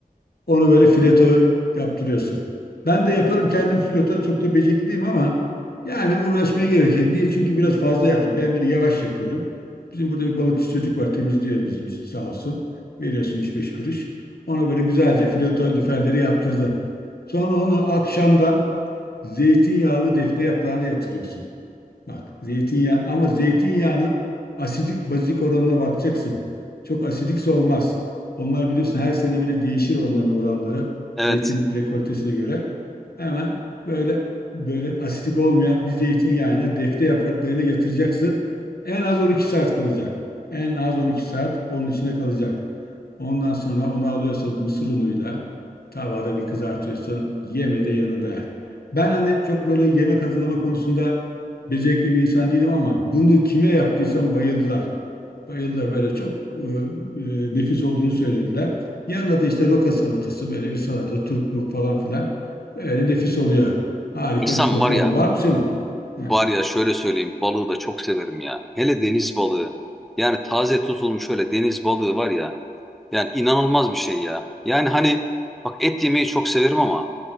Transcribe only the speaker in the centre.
Evet
İhsan
var ya
var ya şöyle söyleyeyim balığı da çok severim ya. Hele deniz balığı yani taze tutulmuş öyle deniz balığı var ya. Yani inanılmaz bir şey ya. Yani hani bak et yemeyi çok severim ama